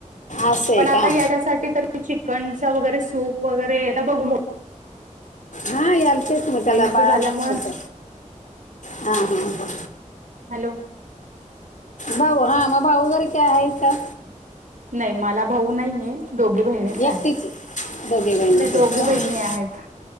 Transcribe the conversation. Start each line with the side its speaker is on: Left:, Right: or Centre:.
Left: असं आहे
Right: पण आता
Left: का
Right: याच्यासाठी तर मी चिकनचा वगैरे सूप वगैरे आ बघ
Left: हा याल तेस मतेला
Right: महिन्याच
Left: बाळा
Right: झाल्यामुळे
Left: नत ह हा.
Right: हॅलो!
Left: भाऊ हा मग भाऊ वर काय आहे का?
Right: नाही मला भाऊ नाहीये. दोघी बहिणीचं
Left: एकटीच
Right: आहेत
Left: आहे. दोघे बहिणीच
Right: नाही दोघी
Left: आहेत का
Right: बहिणी आहेत.